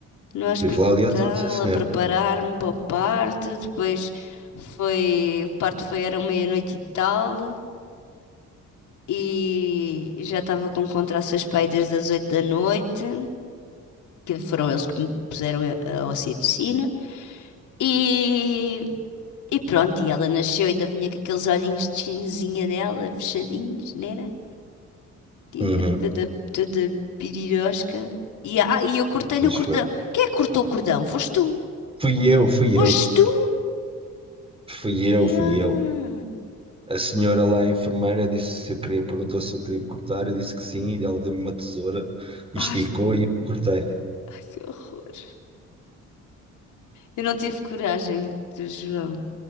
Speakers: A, on the left; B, on the right.
A: no hospital
B: Estive lá o dia todo, sim senhor.
A: a preparar-me para o parto. Depois foi, o parto foi, era meia-noite e tal. e já estava com contrações para aí desde as 8 da noite, que foram eles que me puseram a a ocitocina. E, e pronto, e ela nasceu, ainda vinha com aqueles olhinhos de chinesinha dela, fechadinhos, não era? Toda,
B: Uhum.
A: toda toda pirirosca. E, ah, e eu cortei-lhe
B: Pois
A: o cordão.
B: foi.
A: Quem é que cortou o cordão? Foste tu!
B: Fui eu, fui
A: Foste
B: eu.
A: tu!
B: Fui
A: Yeah.
B: eu, fui eu. A senhora lá, a enfermeira, disse se eu queria, perguntou se eu queria cortar, eu disse que sim, e ela deu-me uma tesoura, e
A: Ai,
B: esticou e eu cortei.
A: ai, que horror. Eu não tive coragem, João.